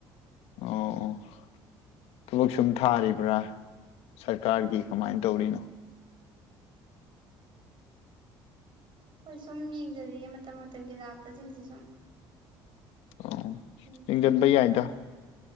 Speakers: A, on the left; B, on the right.
A: ꯑꯣ ꯊꯕꯛ ꯁꯨꯝ ꯊꯥꯔꯤꯕ꯭ꯔꯥ ꯁꯔꯀꯥꯔꯒꯤ ꯀꯃꯥꯏꯅ ꯇꯧꯔꯤꯅꯣ
B: ꯍꯣꯏ ꯁꯨꯝ ꯌꯦꯡꯖꯜꯂꯤꯌꯦ ꯃꯇꯝ ꯃꯇꯝꯒꯤ ꯂꯥꯛꯄꯁꯤꯡꯁꯦ ꯁꯨꯝ
A: ꯑꫭ
B: ꯌꯦꯡꯖꯜꯂꯤ
A: ꯌꯦꯡꯁꯤꯟꯕ ꯌꯥꯏꯗ